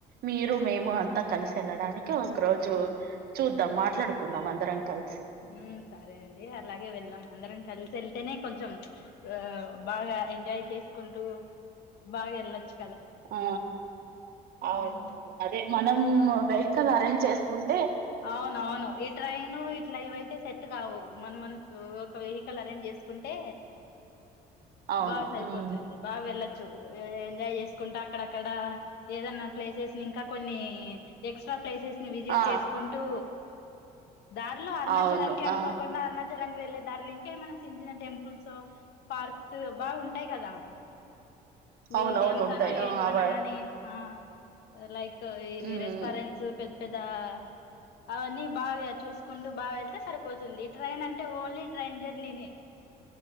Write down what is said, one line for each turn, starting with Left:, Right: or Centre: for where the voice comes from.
Right: మీరు మేము అంతా కలిసి వెళ్ళడానికి ఒక రోజు చూద్దాం మాట్లాడుకుందాం అందరం కలిసి
Left: ఉ సరే అండి అలాగే వెళ్ళాం అందరం కలిసి వెళ్తేనే కొంచెం ఆ బాగా ఎంజాయ్ చేసుకుంటూ బాగా వెళ్ళచ్చు
Right: ఆ అవునవును
Left: ఉమ్,
Right: అదే మనం వె అరంజ్ చేసుకుంట
Left: అవున అవును ఈ ట్రైన్ ఇట్లా ఇవయితే సెట్ టు కావు మన మన ఒక వెహికల్ అరేంజ్ చేసుకుంటే
Right: అవును
Left: బా సరిపోతుంది
Right: ఉమ్
Left: బాగా వెళ్ళ ఎంజాయ్ చేసుకుంటే అక్కడక్కడ ఏదన్నా ప్లేసెస్ ని ఇంకా కొన్ని ఎక్స్ట్రా ప్లేసెస్ విజిట్
Right: ఆ
Left: చేస్త కొ దారిలో అరుణాచలానికి
Right: అవును
Left: అనుకోకుండా
Right: ఆ
Left: అరుణాచల లాకి వెళ్ళే దరలో ఇంకా మనం చిన్న చిన్న టెంపుల్స్ పార్క్స్ బాగుంటాయి కదా మ్యూజియంమ్స్
Right: అవునవును ఉంటాయి
Left: అనో
Right: ఆ
Left: ఏంటివన్నా
Right: అవ
Left: గాని ఆ లైక్ ఇవి
Right: ఉమ్
Left: రెస్టారెంట్స్ పెద్ద పెద్ద దా అవన్నీ బాగా చూసుకుంటూ బాగా వెళ్తే సరిపోతుంది ట్రైన్ అంటే ఓన్లీ ట్రైన్ జర్నీనే